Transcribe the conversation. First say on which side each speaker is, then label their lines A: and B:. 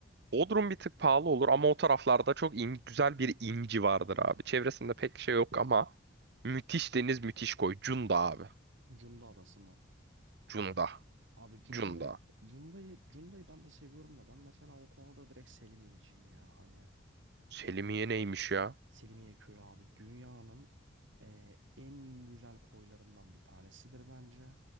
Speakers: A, on the right; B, on the right.
A: Bodrum bir tık pahalı olur ama o taraflarda çok in- güzel bir inci vardır abi. Çevresinde pek şey yok ama müthiş deniz müthiş koy. Cunda abi.
B: Cunda Adası mı?
A: Cunda.
B: Abi Cunda'yı
A: Cunda.
B: Cunda'yı Cunda'yı ben de seviyorum da ben mesela o konuda direkt Selimiye'ciyim ya hani
A: Selimiye
B: yani
A: neymiş ya?
B: Selimiye Köyü abi dünyanın e, en güzel koylarından bir tanesidir bence.